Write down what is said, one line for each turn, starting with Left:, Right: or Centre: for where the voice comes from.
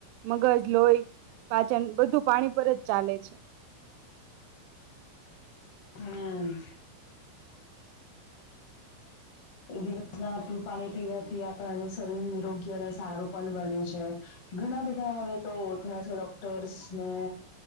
Right: મગજ, લોહી, પાચન બધું પાણી પર જ ચાલે છે.
Left: હમ. દિવસ ના પાણી પીવાથી આપણાને શરીર નિરોગી અને સારું પણ બને છે. ઘણા બધા હવે તો થયા છે, ડોક્ટર્સ ને